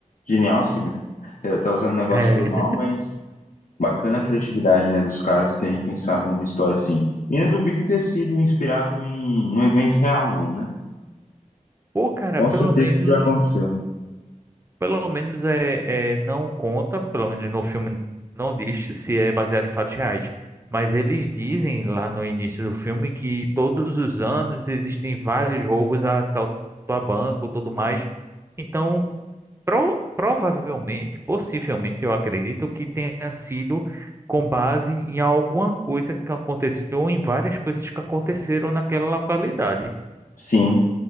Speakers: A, on the left (about 75°); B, on the right (about 20°).
A: Genial, sim, né? É, Tá usando o negócio
B: É.
A: pro mal, mas bacana a criatividade, né, dos caras terem pensado numa história assim. E não duvido de ter sido inspirado em um evento real, não, né?
B: Pô, cara,
A: Com
B: pelo
A: certeza
B: menos.
A: isso já aconteceu.
B: Pelo menos é, é, não conta, pelo menos no filme não diz se é baseado em fatos reais. Mas eles dizem lá no início do filme que todos os anos existem vários roubos a assalto a banco, tudo mais. Então, pro- provavelmente, possivelmente, eu acredito que tenha sido com base em alguma coisa que aconteceu ou em várias coisas que aconteceram naquela localidade,
A: Sim,